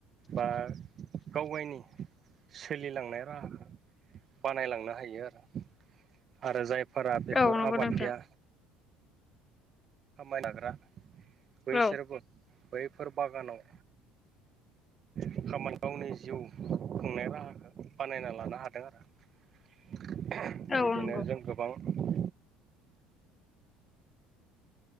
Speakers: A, on the right; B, on the left.
A: बा गावगायनि सोलिलांनाय राहाखौ बानायलांनो हायो आरो आरो जायफोरा बेफोर
B: औ नंगौ
A: आबाद
B: नोंथां
A: गैया खामायनाग्रा बैसोरबो
B: औ
A: बैफोर बागानाव खामना गावनि जिउ खुंनाय राहाखौ बानायना लानो हादों आरो। बेबायदिनो जों
B: औ नंगौ
A: गोबां